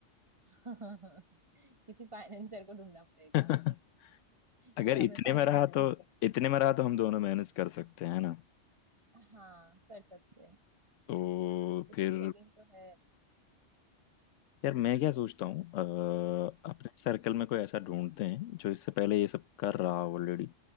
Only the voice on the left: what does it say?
<laughs>
अगर
इतने
में रहा
तो इतने में रहा तो हम दोनों मैनेज कर सकते हैं ना
तो
फिर
यार मैं क्या सोचता हूँ अ, अपने सर्कल में कोई ऐसा ढूंढते हैं जो इससे पहले ये सब कर रहा हो ऑलरेडी